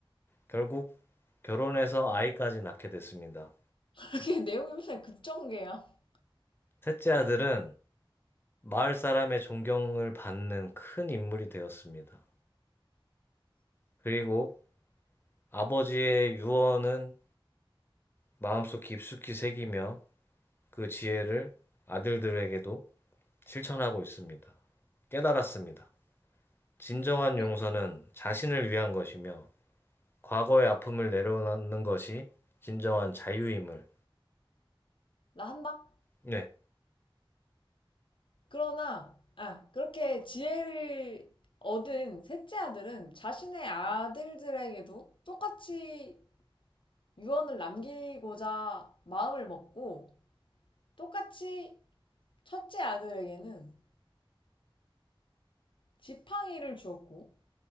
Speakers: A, on the left; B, on the left.
A: 결국 결혼해서 아이까지 낳게 됐습니다.
B: <laughs> 그게 내용이 맨날 급전개야.
A: 셋째 아들은 마을 사람의 존경을 받는 큰 인물이 되었습니다. 그리고 아버지의 유언은 마음속 깊숙이 새기며 그 지혜를 아들들에게도 실천하고 있습니다. 깨달았습니다. 진정한
B: 그래.
A: 용서는 자신을 위한 것이며, 과거의 아픔을 내려놓는 것이 진정한 자유임을.
B: 나 한다.
A: 네.
B: 그러나 아 그렇게 지혜를 얻은 셋째 아들은 자신의 아들들에게도 똑같이 유언을 남기고자 마음을 먹고 똑같이 첫째 아들에게는 지팡이를 주었고